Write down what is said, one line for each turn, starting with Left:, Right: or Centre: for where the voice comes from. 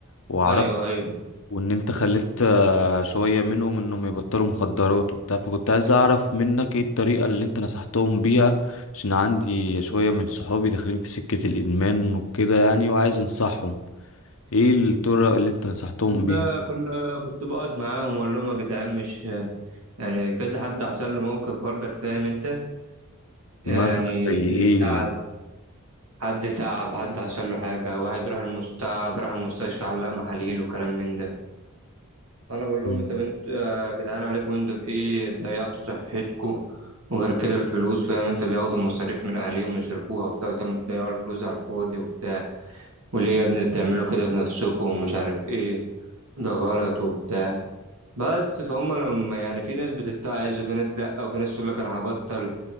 Left: وعرفت
Right: ايوه ايوه
Left: وان انت خليت آه، شوية منهم انهم يبطلوا مخدرات وبتاع فكنت عايز اعرف منك ايه الطريقة اللي انت نصحتهم بيها عشان عندي شوية من صحابي داخلين في سكة الادمان وكده يعني وعايز انصحهم ايه الطرق اللي انت نصحتهم
Right: كنا
Left: بيها
Right: كنا كنت بقعد معاهم واقول لهم يا جدعان مش يعني كذا حد حصل له موقف برضك فاهم انت يعني
Left: مثلا زي
Right: اللي
Left: ايه
Right: تعب
Left: يعني
Right: حد تعب حد حصل له حاجه واحد راح المستعب راح المستشفى علق محاليل وكلام من ده فانا بقول لهم
Left: مم.
Right: انت بنت يا جدعان عليكم انتوا بايه ضيعتوا صحتكم وغير كده الفلوس فاهم انت بياخدوا المصاريف من اهاليهم يصرفوها وبتاع قلت لهم تضيعوا الفلوس على الفاضي وبتاع وليه يا ابني بتعملوا كده في نفسكم ومش عارف ايه ده غلط وبتاع بس فهم لما يعني في ناس بتتعظ وفي ناس لا وفي ناس تقول لك انا هبطل